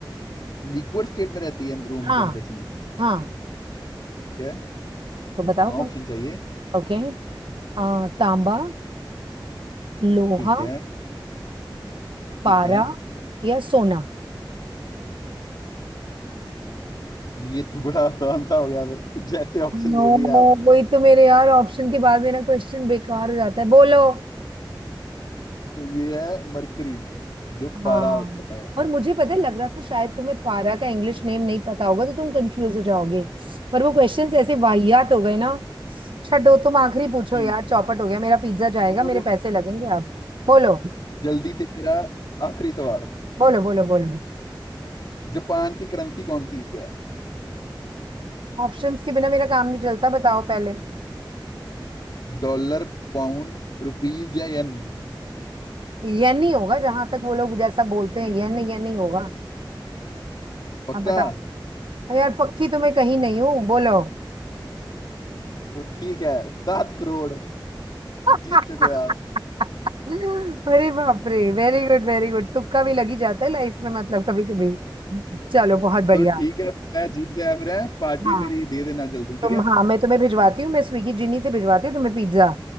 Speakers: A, on the left (about 55°); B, on the right (about 80°).
A: लिक्विड स्टेट में रहती है रूम
B: हाँ
A: टेम्परेचर में
B: हाँ
A: ठीक है
B: तो बताओ
A: हाँ
B: कौन
A: ऑप्शन चाहिए
B: ओके आ, तांबा लोहा
A: ठीक है ठीक
B: पारा
A: है
B: या सोना
A: ये तो बड़ा आसान सा हो गया फिर <laughs> जैसे ऑप्शन
B: नो
A: दे दिया आपने
B: वही तो मेरे यार ऑप्शन के बाद मेरा क्वेश्चन बेकार हो जाता है बोलो
A: तो ये है मरकरी जो पारा
B: हाँ
A: होता है
B: और मुझे पता है लग रहा था शायद तुम्हें पारा का इंग्लिश नेम नहीं पता होगा तो तुम कंफ्यूज हो जाओगे पर वो क्वेश्चंस ऐसे वाहियात हो गए ना छठो तुम आखिरी पूछो
A: ठीक
B: यार चौपट हो गया मेरा पिज्जा जाएगा
A: तो
B: मेरे पैसे लगेंगे अब बोलो
A: जल्दी से मेरा आखिरी सवाल
B: बोलो बोलो बोलो
A: जापान की करेंसी कौन सी है
B: ऑप्शंस के बिना मेरा काम नहीं चलता बताओ पहले
A: डॉलर पाउंड रुपीज या येन
B: ये नहीं होगा जहां तक वो लोग जैसा बोलते हैं ये नहीं ये नहीं होगा
A: पक्का
B: अब बताओ अरे यार पक्की तुम्हें कहीं नहीं हूँ बोलो
A: तो ठीक है सात करोड़
B: <laughs>
A: जीत चुके हो आप
B: अरे बाप रे वेरी गुड वेरी गुड तुक्का भी लगी जाता है लाइफ में मतलब कभी कभी चलो बहुत बढ़िया
A: तो ठीक है तो मैं जीत गया फिर है पार्टी
B: हाँ
A: मेरी दे देना जल्दी ठीक
B: तुम
A: है
B: हाँ मैं तुम्हें भिजवाती हूँ मैं स्विगी जिनी से भिजवाती हूँ तुम्हें पिज्जा